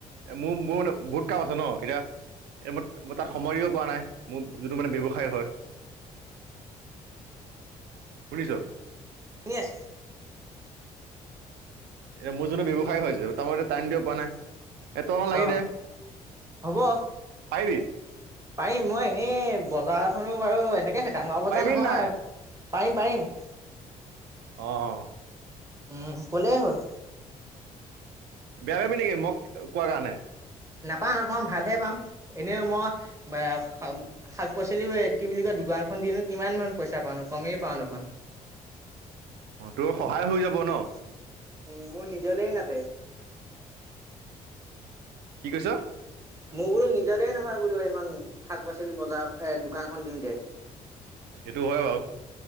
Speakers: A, on the right; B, on the right.
A: এ', মোৰ-মোৰ মানে বহুত কাম আছে ন! এতিয়া মই তাত সময় দিব পৰা নাই, মোৰ যিটো মানে ব্যৱসায় হয়। শুনিছ?
B: শুনি আছোঁ।
A: এতিয়া মোৰ যোনটো ব্যৱসায় হয় যে, তাৰ মতে টাইম দিব পৰা নাই। এ তই অকণ লাগি
B: অ',
A: দে
B: হ'ব,
A: পাৰিবি
B: পাৰিম মই। এ', বজাৰ এখনো বাৰু, এনেকে ডাঙৰ বজাৰ
A: পাৰিবি
B: নহয়।
A: নাই
B: পাৰিম, পাৰিম।
A: অ',
B: উম, ক'লেই হ'ল।
A: বেয়া পাবি নেকি মোক কোৱা কাৰণে?
B: নাপাওঁ, নাপাওঁ ভালহে পাম। এনেও মই বে শাক পাচলিও এত কি বুলি কয় দোকানখন দিনো কিমানমান পইচা পাওঁনো, কমেই পাওঁ দেখোন।
A: অ' তোৰ সহায় হৈ যাব ন।
B: উম', মোৰ নিজলেই নাতে।
A: কি কৈছ?
B: মোৰ বোলো নিজলেই নহয় বোলো সেইখন, শাক পাচলি বজাৰ এ', দোকানখন দিওঁতে।
A: সেইটো হয় বাৰু।